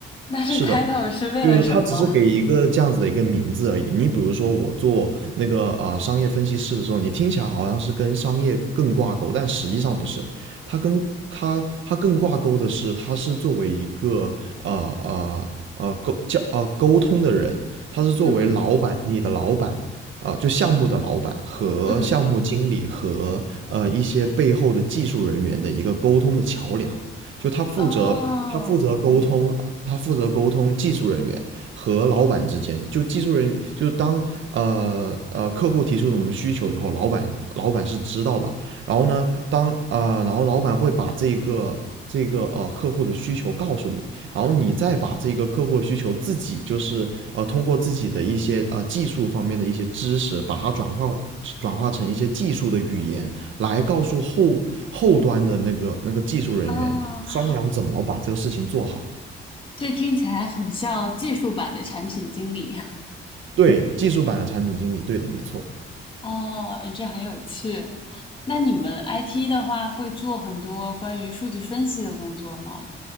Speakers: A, on the left; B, on the right.
A: 那这
B: 是的，
A: title 是为了什么？
B: 就他只是给一个这样子的一个名字而已。你比如说，我做那个啊、呃商业分析师的时候，你听起来好像是跟商业更挂钩，但实际上不是。他跟他他更挂钩的是，他是作为一个呃呃呃沟交呃沟通的人，他是作为老板，
A: 嗯
B: 你的老板。啊、呃就项目的老板和项目经理和呃一些背后的技术人员的一个沟通的桥梁，
A: 嗯，
B: 就他负责他负责沟通他负责沟通技术人员和老板之间。
A: 哦
B: 就技术人员，就是当呃呃客户提出什么需求以后，老板老板是知道的。然后呢，当啊呃然后老板会把这个这个呃客户的需求告诉你，然后你再把这个客户的需求自己就是呃通过自己的一些呃技术方面的一些知识，把它转化转化成一些技术的语言，来告诉后后端的那个那个技术人员商量怎么把这个事情做好。
A: 哦，这听起来很像技术版的产品经理。
B: 对，技术版的产品经理，对的，没错。
A: 哦，这很有趣。那你们 IT 的话，会做很多关于数据分析的工作吗？